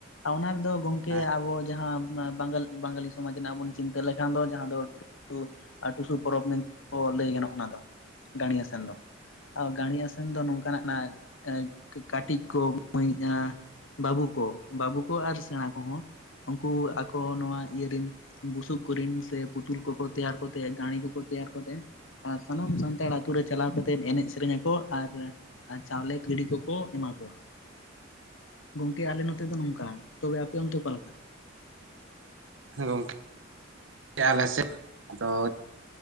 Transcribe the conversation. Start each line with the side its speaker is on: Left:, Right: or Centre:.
Left: ᱚᱱᱟ ᱫᱚ ᱜᱚᱝᱠᱮ
Right: ᱠᱟᱱᱟ
Left: ᱟᱵᱚ ᱡᱟᱦᱟᱸ ᱵᱟᱝᱟᱞ ᱵᱟᱝᱜᱟᱞᱤ ᱥᱚᱢᱟᱡᱽ ᱨᱮᱱᱟᱜ ᱵᱚᱱ ᱪᱤᱱᱛᱟᱹ ᱞᱮᱠᱷᱟᱱ ᱫᱚ ᱡᱟᱦᱟᱸ ᱫᱚ <unintelligible> ᱟᱨ ᱴᱩᱥᱩ ᱯᱚᱨᱚᱵᱽ ᱢᱮᱱᱛᱮ ᱞᱟᱹᱭ ᱜᱟᱱᱚᱜᱼᱟ ᱚᱱᱟ ᱫᱚ ᱜᱟᱲᱤ ᱟᱥᱮᱱ ᱫᱚ ᱟᱨ ᱜᱟᱲᱤᱭᱟᱥᱮᱱ ᱫᱚ, <unintelligible> ᱠᱟᱹᱴᱤᱡ ᱠᱚ ᱢᱟᱹᱭ <unintelligible> ᱵᱟᱹᱵᱩ ᱠᱚ, ᱵᱟᱹᱵᱩ ᱠᱚ ᱟᱨ ᱥᱮᱬᱟ ᱠᱚᱦᱚᱸ ᱩᱱᱠᱩ ᱟᱠᱚ ᱱᱚᱣᱟ ᱤᱭᱟᱹ ᱨᱮᱱ ᱵᱩᱥᱩᱵ ᱠᱚᱨᱮᱱ ᱥᱮ ᱯᱩᱛᱩᱞ ᱠᱚᱠᱚ ᱛᱮᱭᱟᱨ ᱠᱚ ᱛᱮ ᱜᱟᱹᱲᱤ ᱠᱚᱠᱚ ᱛᱮᱭᱟᱨ ᱠᱚᱛᱮ ᱟᱨ ᱥᱟᱱᱟᱢ ᱥᱟᱱᱛᱟᱲ ᱟᱛᱳ ᱨᱮ ᱪᱟᱞᱟᱣ ᱠᱟᱛᱮ ᱮᱱᱮᱡ ᱥᱮᱨᱮᱧ ᱟᱠᱚ ᱟᱨᱻ᱾ ᱟᱨ ᱪᱟᱣᱞᱮ ᱵᱷᱲᱤ ᱠᱚᱠᱚ ᱮᱢᱟ ᱠᱚᱣᱟ᱾ ᱜᱚᱢᱠᱮ ᱟᱞᱮ ᱱᱚᱛᱮ᱾ ᱱᱚᱛᱮ ᱫᱚ ᱱᱚᱝᱠᱟ ᱛᱚᱵᱮ ᱟᱯᱮ ᱚᱱᱛᱮ ᱚᱠᱟ ᱞᱮᱠᱟ?
Right: ᱜᱚᱝᱠᱮ ᱟᱞᱮ ᱥᱮᱫ ᱟᱫᱚ᱾